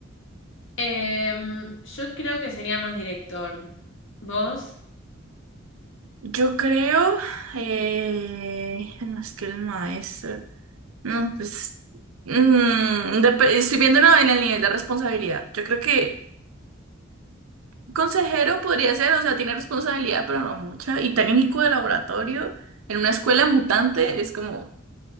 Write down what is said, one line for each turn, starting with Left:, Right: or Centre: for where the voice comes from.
Left: Em, yo creo que sería más director. ¿Vos?
Right: Yo creo, eh, no es que el maestro. No, pues mm, dep- estoy viéndolo en el nivel de responsabilidad. Yo creo que consejero podría ser, o sea, tiene responsabilidad, pero no mucha. Y técnico de laboratorio en una escuela mutante es como,